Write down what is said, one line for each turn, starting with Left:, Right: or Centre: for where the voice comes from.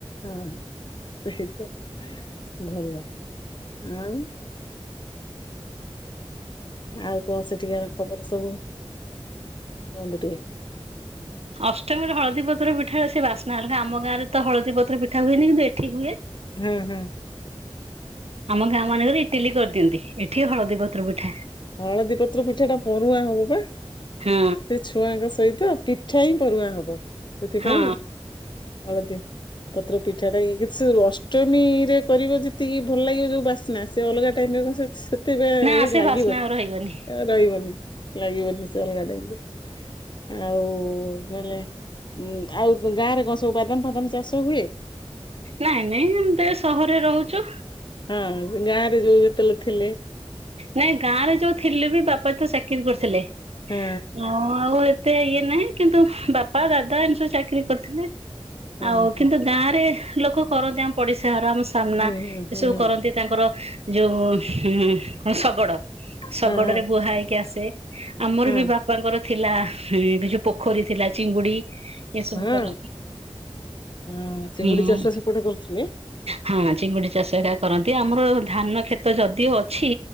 Left: ହଁ ସେଇ ତ ଭଲ। ଉଁ। ଆଉ କଣ ସେଠିକାର ଖବର ସବୁ କୁହନ୍ତୁ ଟିକେ?
Right: ଅଷ୍ଟମୀରେ ହଳଦୀ ପତ୍ର ପିଠା ସେ ବାସ୍ନା ଅଲଗା ଆମ ଗାଁରେ ତ ହଳଦୀ ପତ୍ର ପିଠା ହୁଏନି କିନ୍ତୁ ଏଠି ହୁଏ।
Left: ହୁଁ ହୁଁ।
Right: ଆମ ଗାଁ ମାନଙ୍କରେ ଇଟିଲି କରିଦିଅନ୍ତି। ଏଠି ହଳଦୀ ପତ୍ର ପିଠା
Left: ହଳଦୀ ପତ୍ର ପିଠା ଟା ପୋରୂହାଁ ହବ ପା?
Right: ହଁ
Left: ସେ ଛୁଆଙ୍କ ସହିତ ପିଠା ହିଁ ପୋରୂହାଁ ହବ ସେଥିପାଇଁ
Right: ହଁ।
Left: ଆଳତି ପତ୍ର ପିଠାଟା ଅଷ୍ଟମୀ ରେ କରିବ ଯେତିକି ଭଲ ଲାଗିବ ଯୋଉ ବାସ୍ନା ସେ ଅଲଗା ଟାଇମି ରେ କ ସେଥିପାଇଁ
Right: ନା ସେ
Left: ଲାଗିବନି
Right: ବାସ୍ନା ଆଉ ରହିବନି
Left: ରହିବନି ଲାଗିବନି ସେ ଅଲଗା ଟାଇପିର। ଆଉ କହିଲେ ଉ ଆଉ ଗାଁ ରେ କଣ ସବୁ ବାଦାମ ଫାଦାମ ଚାଷ ହୁଏ?
Right: ନାଇଁ ନାଇଁ ଆମେ ତ ଏ ସହରରେ ରହୁଚୁ।
Left: ହଁ ଗାଁ ରେ ଯୋଉ ଯେତେବେଳେ ଥିଲେ
Right: ନାଇଁ ଗାଁରେ ଯୋଉ ଥିଲୁ ବି ବାପା ତ ଚାକିରି କରିଥିଲେ
Left: ହଁ
Right: ଆ ଆଉ ଏତେ ଇଏ ନାହିଁ କିନ୍ତୁ ବାପା ଦାଦା ଏମି ସବୁ ଚାକିରି କରିଥିଲେ
Left: ହଁ
Right: ଆଉ
Left: ହଁ।
Right: କିନ୍ତୁ ଗାଁରେ ଲୋକ କରନ୍ତି ଆମ ପଡିଶା ଘର ଆମ ସାମ୍ନା
Left: ହୁଁ ହୁଁ ହୁଁ
Right: ଏସବୁ
Left: ହୁଁ
Right: କରନ୍ତି ତାଙ୍କର ଯୋଉ ଉ ଶଗଡ। ଶଗଡରେ
Left: ହଁ ହଁ
Right: ବୁହା ହେଇକି ଆସେ ଆମର
Left: ହଁ
Right: ବି ବା ବାପାଙ୍କର ଥିଲା ବିଜୁ ପୋଖରୀ ଥିଲା ଚିଙ୍ଗୁଡି ଏସବୁ
Left: ହଁ
Right: କରନ୍ତି
Left: ହଁ ଚିଙ୍ଗୁଡି
Right: ହୁଁ।
Left: ଚାଷ ସେପଟେ କରୁଥିଲେ?
Right: ହଁ ଚିଙ୍ଗୁଡି ଚାଷ ଏଟା କରନ୍ତି ଆମର ଧାନ କ୍ଷେତ ଯଦିଓ ଅଛି